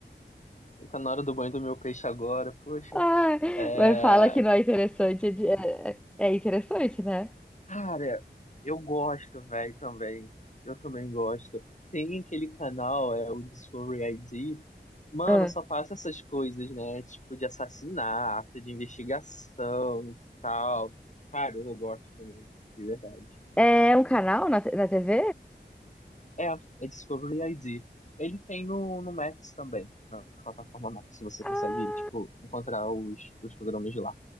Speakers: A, on the left; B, in the centre.
A: Tá na hora do banho do meu peixe agora, poxa.
B: Ah,
A: É,
B: mas fala que não é interessante. É, é- é interessante, né?
A: cara, eu gosto, velho, também. Eu também gosto. Tem aquele canal, é o Discovery ID. Mano,
B: Ah.
A: só passa essas coisas, né? Tipo, de assassinato, de investigação e tal. Cara, eu gosto também, de verdade.
B: É um canal na, te- na TV?
A: É, é Discovery ID. Ele tem no, no Max também. Na plataforma Max você consegue,
B: Ah,
A: tipo, encontrar os, os programas de lá.